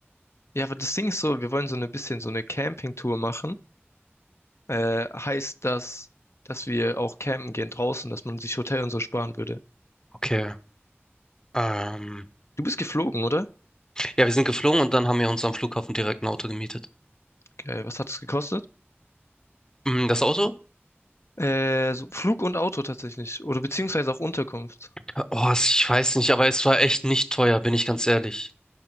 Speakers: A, on the left (about 80°); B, on the left (about 15°).
A: Ja, aber das Ding ist so, wir wollen so ein bisschen so eine Campingtour machen. Äh, heißt das, dass wir auch campen gehen draußen, dass man sich Hotel und so sparen würde.
B: Okay. Ähm,
A: Du bist geflogen, oder?
B: ja, wir sind geflogen und dann haben wir uns am Flughafen direkt ein Auto gemietet.
A: Geil, was hat es gekostet?
B: Mm, Das Auto?
A: Äh, so Flug und Auto tatsächlich. Oder beziehungsweise auch Unterkunft.
B: Äh, Oh, ich weiß nicht, aber es war echt nicht teuer, bin ich ganz ehrlich.